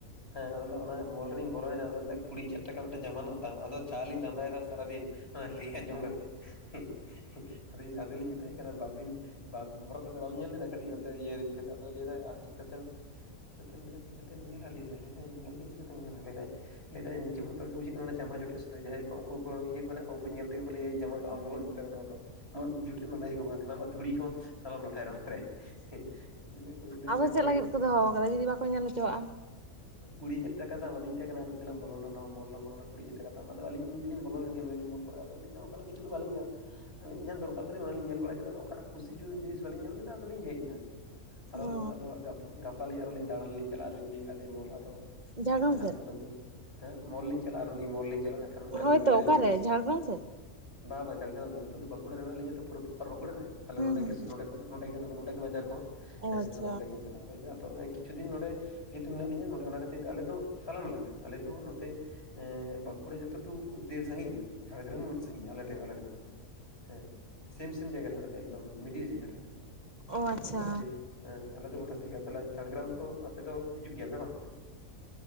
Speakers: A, on the left; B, on the right.
A: ᱦᱮᱸ ᱟᱫᱚ ᱞᱟᱹᱭᱫᱟ ᱚᱱᱟ ᱢᱚᱞ ᱨᱮᱞᱤᱧ ᱵᱚᱞᱚᱭᱮᱱᱟ ᱟᱫᱚᱞ ᱞᱟᱹᱭᱫᱟ ᱠᱩᱲᱤ ᱦᱟᱡᱟᱨ ᱴᱟᱠᱟ ᱢᱤᱫᱴᱮᱱ ᱡᱟᱢᱟ ᱨᱮᱱᱟᱜ ᱫᱟᱢ, ᱟᱫᱚ ᱡᱟ ᱞᱤᱧ ᱞᱟᱸᱫᱟ ᱭᱮᱫᱟ ᱥᱟᱨᱟ ᱫᱤᱱ ᱚᱱᱟ ᱞᱟᱹᱭ ᱟᱡᱚᱢ ᱠᱟᱛᱮ᱾ <unintelligible> ᱟᱫᱚᱧ ᱟᱫᱚ ᱞᱤᱧ ᱢᱮᱛᱟᱭ ᱠᱟᱱᱟ ᱵᱟᱵᱤᱱ ᱵᱟᱢ ᱦᱚᱨᱚᱜ ᱠᱟᱛᱮᱫ ᱵᱟᱢ ᱧᱮᱞ ᱞᱮᱫᱟ ᱠᱟᱹᱴᱤᱡ ᱚᱱᱛᱮ ᱤᱭᱟᱹ ᱨᱮ ᱤᱫᱤ ᱠᱟᱛᱮ ᱟᱫᱚ ᱞᱟᱹᱭ ᱫᱟ ᱟᱨ ᱪᱤᱠᱟᱹᱛᱮᱢ᱾ ᱪᱤᱠᱟᱹᱛᱮᱢ ᱞᱟᱹᱭᱟᱫᱟ ᱪᱤᱠᱟᱹᱛᱮᱢ ᱧᱮᱟ ᱞᱟᱹᱭᱫᱟᱭ ᱞᱟᱹᱭᱫᱟᱭ ᱧᱮᱞ ᱜᱮ ᱪᱤᱠᱟᱹᱛᱮ ᱧᱮᱞᱟ ᱞᱟᱹᱭᱫᱟᱭ ᱞᱟᱹᱭᱫᱟᱭ ᱱᱤᱡᱮ ᱵᱚᱛᱚᱨ ᱜᱮ ᱵᱩᱡᱷᱟᱹᱜ ᱠᱟᱱᱟ ᱚᱱᱟ ᱡᱟᱢᱟ ᱡᱚᱴᱮᱫ ᱥᱩᱫᱷ ᱡᱟᱦᱟᱸᱭ ᱠᱚ ᱩᱱᱠᱩ ᱠᱚ ᱤᱭᱟᱹ ᱠᱚ ᱢᱮᱱᱟᱜ ᱠᱚ ᱩᱱᱠᱩ ᱧᱮᱞ ᱛᱮᱜᱮ ᱠᱚ ᱞᱟᱹᱭᱟ ᱮᱭ ᱡᱟᱢᱟ ᱫᱚ ᱟᱢ ᱫᱚ ᱟᱞᱚᱢ ᱡᱚᱢᱮᱫᱼᱟ ᱱᱚᱣᱟ ᱫᱚ᱾ ᱟᱢ ᱡᱚᱴᱮᱫ ᱞᱟᱭᱮᱠ ᱦᱚᱸ ᱵᱟᱝ ᱠᱟᱱᱟ ᱟᱢᱟᱜ ᱫᱷᱩᱲᱤ ᱦᱚᱸ ᱟᱞᱚᱢ ᱞᱟᱴᱷᱟᱭᱟ ᱱᱚᱣᱟ ᱨᱮ᱾ ᱤᱱᱟᱹ ᱠᱩ ᱤᱱᱟᱹ
B: ᱟᱫᱚ
A: ᱢᱤᱴᱮᱜ
B: ᱪᱮᱫ ᱞᱟᱹᱜᱤᱫ ᱠᱚ ᱫᱚᱦᱚ ᱠᱟᱫᱟ ᱡᱩᱫᱤ ᱵᱟᱠᱚ ᱧᱮᱞ ᱦᱚᱪᱚᱣᱟᱜ?
A: ᱠᱩᱲᱤ ᱪᱟᱨ ᱴᱟᱠᱟ ᱫᱟᱢ ᱟᱫᱚᱧ ᱢᱮᱛᱟᱭ ᱠᱟᱱᱟ ᱟᱨ ᱢᱤᱫ ᱫᱤᱱᱞᱟᱝ ᱵᱚᱞᱱᱟ ᱱᱚᱣᱟ ᱢᱚᱞ ᱞᱟᱝ ᱵᱚᱞᱱᱟ ᱠᱩᱲᱤ ᱦᱚᱡᱟᱨ ᱴᱟᱠᱟ ᱫᱟᱢ ᱟᱫᱚ ᱟᱞᱤᱧ ᱢᱤᱫ ᱫᱤᱧ ᱵᱚᱞᱚ ᱞᱮᱱ ᱜᱮ ᱯᱳᱨᱮ ᱟᱫᱚ ᱟᱞᱤᱧ ᱫᱚ ᱚᱱᱠᱟᱜ ᱠᱤᱪᱷᱩ ᱫᱚ ᱵᱟᱞᱤᱧ ᱧᱮᱞᱟ᱾ ᱟᱹᱞᱤᱧ ᱫᱚ ᱡᱟᱦᱟᱸ ᱫᱚᱨᱠᱟᱨ ᱛᱟᱞᱤᱧ ᱚᱱᱟᱞᱤᱧ ᱧᱮᱞ ᱵᱟᱲᱟ ᱠᱮᱫᱟ ᱚᱱᱠᱟᱱᱟᱜ ᱠᱩᱥᱤᱪᱩᱨ ᱡᱤᱱᱤᱥ ᱵᱟᱞᱤᱧ ᱧᱟᱢ ᱞᱮᱫᱟ ᱟᱫᱚᱞᱤᱧ ᱦᱮᱡ ᱮᱱᱟ᱾ ᱟᱨᱚ
B: ᱚ
A: ᱟᱫᱚ ᱜᱟᱯᱟᱞᱤᱧ ᱟᱨᱚ ᱞᱤᱧ ᱫᱟᱲᱟᱱᱞᱤᱧ ᱪᱟᱞᱟᱜ ᱟᱨᱚᱧ ᱞᱟᱹᱭ ᱟᱠᱟᱫᱮᱭᱟ ᱢᱚᱞ ᱟᱫᱚ
B: ᱡᱷᱟᱲᱜᱨᱟᱢ
A: ᱱᱟᱦᱟᱜ
B: ᱥᱮᱫ
A: ᱟᱫᱚ, ᱦᱮᱸ ᱢᱚᱞ ᱞᱤᱧ ᱪᱟᱞᱟᱜᱼᱟ ᱟᱨ ᱩᱱᱤ ᱢᱚᱞ ᱞᱤᱧ ᱪᱟᱞᱟᱜ <unintelligible> ᱠᱷᱟᱱ ᱢᱤᱫᱴᱮᱱ
B: ᱦᱳᱭᱛᱚ
A: ᱦᱚ ᱜᱤᱫᱽᱨᱟᱹᱭ
B: ᱚᱠᱟᱨᱮ
A: ᱞᱟᱹᱭ ᱠᱮᱫᱟ
B: ᱡᱷᱟᱲᱜᱨᱟᱢ ᱥᱮᱫ
A: ᱾ ᱵᱟᱝ ᱵᱟᱝ ᱡᱷᱟᱲᱨᱟᱢ ᱫᱚ ᱱᱤᱛᱜ ᱫᱚ ᱵᱟᱠᱩᱲᱟ ᱨᱮ ᱢᱮᱱᱟᱜ ᱞᱤᱧᱟ ᱛᱚ ᱯᱩᱨᱟᱹ ᱚᱯᱟᱨ ᱵᱟᱸᱠᱩᱲᱟ ᱨᱮ ᱛᱟᱦᱞᱮ
B: ᱦᱩᱸ
A: ᱱᱚᱰᱮ
B: ᱦᱩᱸ
A: ᱜᱮ ᱥᱩ ᱱᱚᱰᱮ ᱠᱷᱚᱱᱟᱜ ᱱᱚᱰᱮ ᱜᱮ ᱟᱫᱚ, ᱱᱚᱰᱮ ᱜᱮ ᱵᱟᱡᱟᱨ ᱠᱚ ᱦᱚᱸ᱾
B: ᱚᱪᱷᱟ᱾
A: ᱟᱫᱚ ᱱᱚᱰᱮ ᱜᱮᱞᱤᱧ ᱪᱟᱞᱟᱜ <inaudible> ᱟᱫᱚ ᱠᱤᱪᱷᱩ ᱫᱤᱱ ᱱᱚᱸᱰᱮ ᱡᱮᱦᱛᱩ ᱢᱮᱱᱟᱜ ᱞᱤᱧᱟ ᱱᱚᱰᱮ ᱚᱱᱟ ᱠᱷᱟᱹᱛᱤᱨ ᱟᱞᱮ ᱫᱚ ᱛᱟᱞᱟᱢᱟᱞᱟ ᱨᱮ ᱟᱞᱮ ᱫᱚ ᱱᱚᱛᱮ ᱮᱸ ᱵᱟᱸᱠᱩᱲᱟ ᱡᱚᱛᱚ ᱴᱩ ᱰᱮᱨ ᱥᱟᱺᱜᱤᱧᱟ ᱡᱷᱟᱲᱜᱮᱨᱟᱢ ᱦᱚᱸ ᱩᱱᱟᱹᱜ ᱥᱟᱺᱜᱤᱧᱟ ᱟᱞᱮ ᱴᱷᱮ ᱟᱞᱮ ᱴᱷᱮᱱ ᱠᱷᱚᱱ ᱫᱚ᱾ ᱦᱮᱸ, ᱥᱮᱢ -ᱥᱮᱢ ᱡᱟᱭᱜᱟ ᱨᱮ ᱦᱮᱱᱟᱜ ᱞᱮᱭᱟ ᱮᱠᱫᱚᱢ ᱢᱤᱰᱤᱞ ᱡᱟᱭᱜᱟ ᱨᱮ᱾
B: ᱚ ᱟᱪᱪᱷᱟ
A: ᱵᱩᱡᱷ ᱦᱮᱸ ᱟᱞᱮ ᱫᱚ ᱜᱚᱴᱟ ᱥᱮᱫ ᱜᱮ, ᱛᱟᱦᱞᱮ ᱡᱷᱟᱲᱜᱨᱟᱢ ᱫᱚ ᱟᱯᱮ ᱫᱚ ᱦᱤᱡᱩᱜ ᱜᱮᱭᱟᱯᱮ ᱵᱟᱝ?